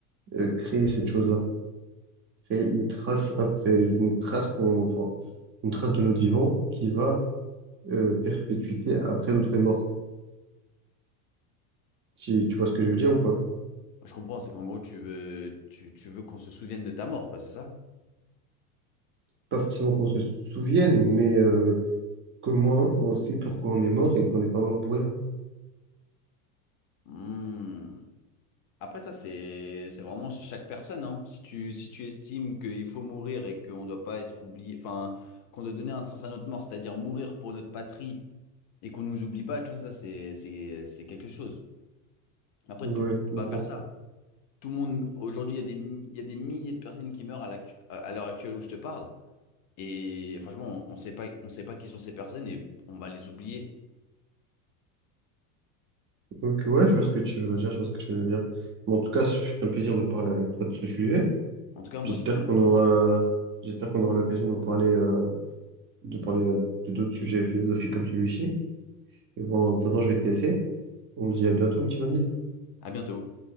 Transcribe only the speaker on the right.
euh, créer cette chose-là, créer une trace après, une trace qu'on, enfin, une trace de notre vivant qui va euh, perpétuité après notre mort. Tu, tu vois ce que je veux dire ou pas?
Pas forcément qu'on se souvienne, mais euh, comment on sait pourquoi on est mort et qu'on n'est pas mort pour rien.
Ouais,
je
comprends.
Donc, ouais, je vois ce que tu veux dire, je vois ce que tu veux dire. Bon, en tout cas, ce fut un plaisir de parler avec toi de ce sujet.
J'espère
qu'on
aura,
j'espère qu'on aura l'occasion d'en parler, euh, de parler euh, de d'autres sujets philosophiques comme celui-ci. Et bon, en attendant, je vais te laisser. On se dit à bientôt, mon petit Vanille.